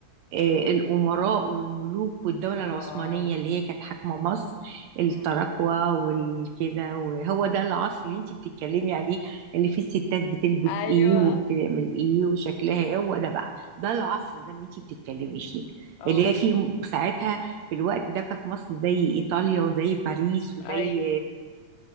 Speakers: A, on the right (about 75°); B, on the left (about 85°).
A: آه، الأمراء والملوك والدولة العثمانية
B: اه
A: اللي هي كانت حاكمة مصر التراكوة
B: مم.
A: والكده وهو ده العصر اللي انتي بتتكلمي عليه اللي فيه الستات بتلبس
B: ايوه
A: ايه وبتعمل ايه وشكلها ايه هو ده بقى ده العصر ده اللي انتي بتتكلمي فيه
B: اه
A: اللي هي فيه ساعتها في الوقت ده كانت مصر زي إيطاليا وزي باريس وزي
B: ايوه